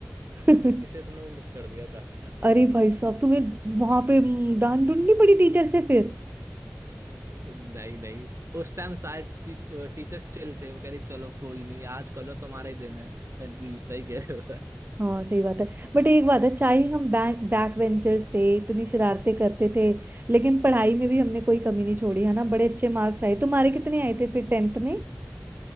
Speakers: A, on the right (about 45°); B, on the right (about 80°).
A: <laughs>
B: इसलिए तुमने वो मिस कर दिया था
A: अरे भाई साहब तुम्हें वहां पे हम्म, डांट ढूंढनी पड़ी टीचर से फिर
B: नहीं नहीं उस टाइम शायद टीचर्स चिल थे वो कह रही चलो कोई नहीं आज कल तुम्हारा ही दिन है मैंने कि सही कह रहे हो सर
A: हाँ सही बात है बट एक बात है चाहे हम बैक बैक बेंचर्स थे इतनी शरारतें करते थे लेकिन पढ़ाई में भी हमने कोई कमी नहीं छोड़ी है ना बड़े अच्छे मार्क्स आए तुम्हारे कितने आए थे फिर टेंथ में